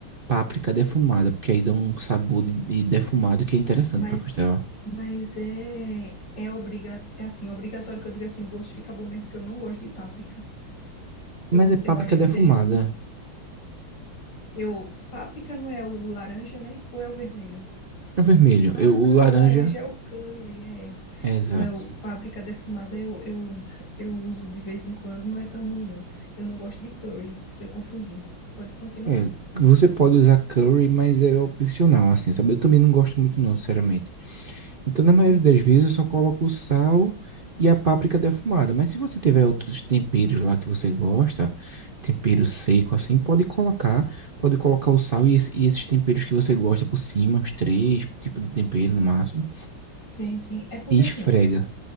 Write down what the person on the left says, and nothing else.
Mas,
mas é, é, obriga, é assim, obrigatório que eu diga assim, o gosto fica bom mesmo, porque eu não gosto de páprica.
Eu,
eu acho
que deixa um. Eu, páprica não é o laranja, né? Ou é o vermelho?
Ah,
não,
o laranja é o curry, é.
Não, eu- páprica defumada eu, eu, eu uso de vez em quando, não é tão ruim, não. Eu não gosto de curry, eu confundi. Pode continuar.
Sim,
sim, sim. É porque
assim.